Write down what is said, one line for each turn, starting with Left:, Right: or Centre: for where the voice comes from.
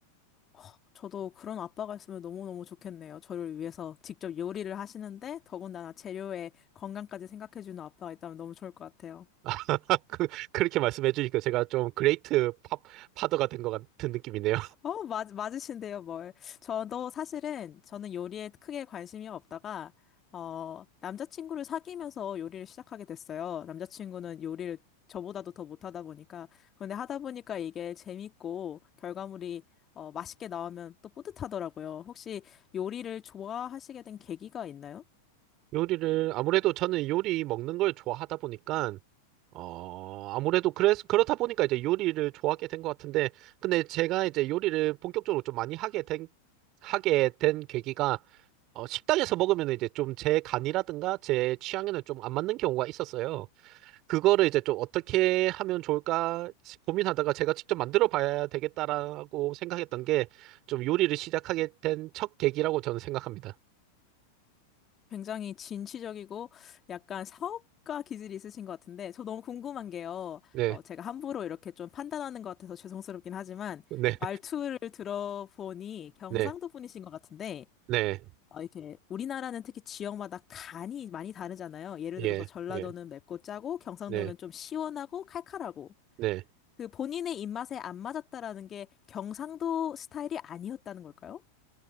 Left: 허, 저도 그런 아빠가 있으면 너무너무 좋겠네요. 저를 위해서 직접 요리를 하시는데, 더군다나 재료의 건강까지 생각해주는 아빠가 있다면 너무 좋을 것 같아요.
Right: <laughs> 그, 그렇게 말씀해 주니까 제가 좀 그레이트 팝, 파더가 된 것 같은 느낌이네요.
Left: 어, 맞, 맞으신데요, 뭘. 저도 사실은, 저는 요리에 크게 관심이 없다가, 어, 남자친구를 사귀면서 요리를 시작하게 됐어요. 남자친구는 요리를 저보다도 더 못하다 보니까. 그런데 하다 보니까 이게 재밌고, 결과물이, 어, 맛있게 나오면 또 뿌듯하더라고요. 혹시 요리를 좋아하시게 된 계기가 있나요?
Right: 요리를 아무래도 저는 요리 먹는 걸 좋아하다 보니까 어 아무래도 그래서 그렇다 보니까 이제 요리를 좋아하게 된 것 같은데 근데 제가 이제 요리를 본격적으로 좀 많이 하게 된 하게 된 계기가 어, 식당에서 먹으면 이제 좀 제 간이라든가 제 취향에는 좀 안 맞는 경우가 있었어요. 그거를 이제 좀 어떻게 하면 좋을까 고민하다가 제가 직접 만들어 봐야 되겠다라고 생각했던 게 좀 요리를 시작하게 된 첫 계기라고 저는 생각합니다.
Left: 굉장히 진취적이고 약간 사업가 기질이 있으신 것 같은데 저 너무 궁금한 게요.
Right: 네,
Left: 어, 제가 함부로 이렇게 좀 판단하는 것 같아서 죄송스럽긴 하지만
Right: 네,
Left: 말투를 들어보니 경상도
Right: 네,
Left: 분이신 것 같은데
Right: 네.
Left: 어, 이렇게 우리나라는 특히 지역마다 간이 많이 다르잖아요. 예를
Right: 예,
Left: 들어서 전라도는
Right: 예,
Left: 맵고 짜고 경상도는
Right: 네,
Left: 좀 시원하고 칼칼하고
Right: 네.
Left: 그 본인의 입맛에 안 맞았다라는 게 경상도 스타일이 아니었다는 걸까요?